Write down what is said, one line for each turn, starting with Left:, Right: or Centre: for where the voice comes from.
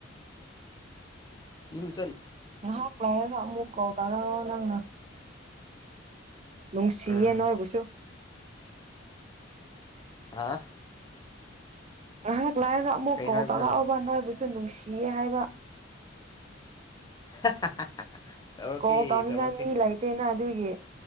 Left: ꯏ
Right: ꯉꯥꯍꯥꯛ ꯂꯩꯔꯒ ꯑꯃꯨꯛ ꯀꯣꯜ ꯇꯔꯛꯑꯣ ꯅꯪꯅ ꯅꯨꯡꯁꯤꯌꯦ
Left: ꯎꯝ
Right: ꯅꯣꯏ ꯕꯨꯁꯨ
Left: ꯑ
Right: ꯑ ꯂꯥꯏꯔꯒ ꯑꯃꯨꯛ
Left: ꯀꯩ
Right: ꯀꯣꯜ
Left: ꯍꯥꯏꯕꯅꯣ
Right: ꯇꯔꯑꯣꯕ ꯅꯣꯏꯕꯨ ꯁꯨ ꯅꯨꯡꯁꯤꯌꯦ ꯍꯥꯏꯕ
Left: <unintelligible>
Right: ꯀꯣꯜ ꯇꯧꯅꯤꯉꯥꯏ
Left: ꯇꯧꯔꯛꯀꯦ
Right: ꯃꯤꯂꯥꯏꯇꯦꯅ ꯑꯗꯨꯒꯤ